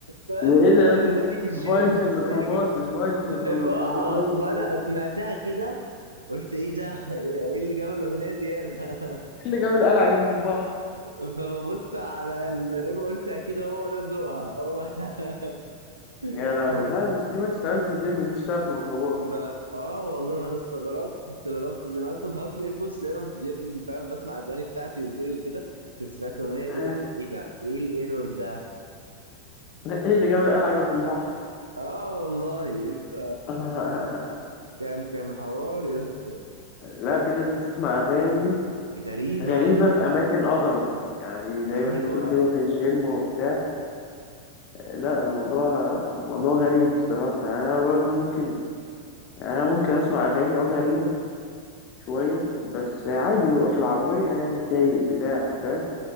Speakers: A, on the right (about 80°); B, on the left (about 40°).
A: بس
B: ايه ده
A: الاغنيه دي في الجيم
B: فايبس الميكروباص
A: ايه يا ج-
B: مش فايبس الميكروباص
A: الم- اه
B: مش فايبس
A: وانا
B: جيم
A: سمعتها كده قلت ايه ده <laughs> ايه إيه اللي جاب الاغنيه دي هنا
B: اللي جاب القلعة جنب البحر
A: <laughs> فببص على المدربه قلت اكيد هو ده ذوقها هو ده <laughs>
B: يا لهوي لا بس دي ما تشتغلش في جيم دي تشتغل في ميكروباص
A: ما اه والله ما انا استغربت استغربت يعني. انا اصلا بحط الايربودز دايما في الجيب فاهم بسمع اغاني بتاعتي وذوقي وكده كنت سمعت الاغنيه دي
B: <laughs>
A: قلت ايه ده ايه الايرور ده
B: ايه اللي جاب القلعة جنب البحر
A: اه والله ف
B: <laughs>
A: كان كان حوار يا اسطى
B: لا في ناس بتسمع اغاني
A: غريبه
B: غريبة في أماكن أغرب يعني زي
A: ايوه
B: ما أنت تقول كده في الجيم وبتاع لا الموضوع موضوع غريب الصراحة يعني أنا برضه ممكن يعني أنا ممكن أسمع أغاني أه غريبة شوية بس عادي ببقى في العربية يعني سايق بتاع فاهم